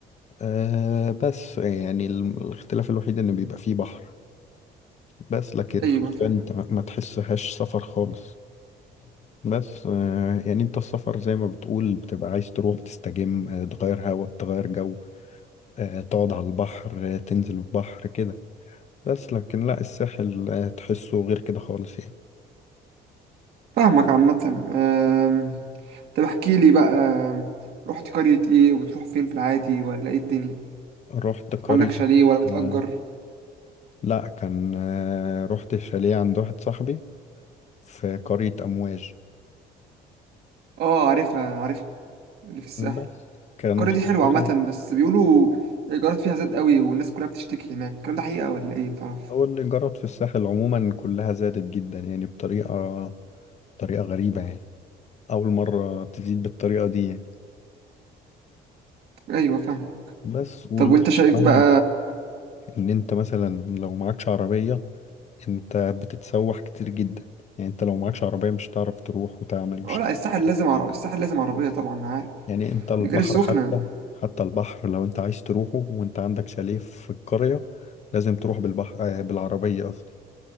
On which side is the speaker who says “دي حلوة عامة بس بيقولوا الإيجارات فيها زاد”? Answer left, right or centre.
Right